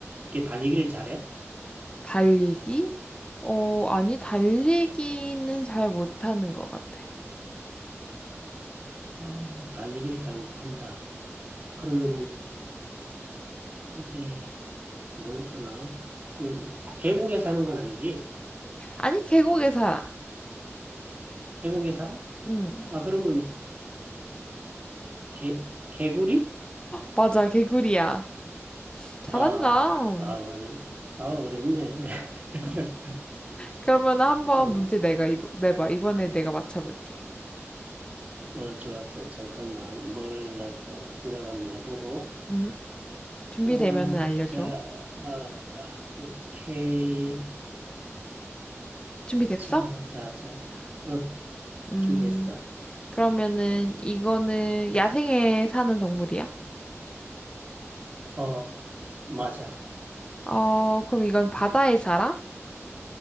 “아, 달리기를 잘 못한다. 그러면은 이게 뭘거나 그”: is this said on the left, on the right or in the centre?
Right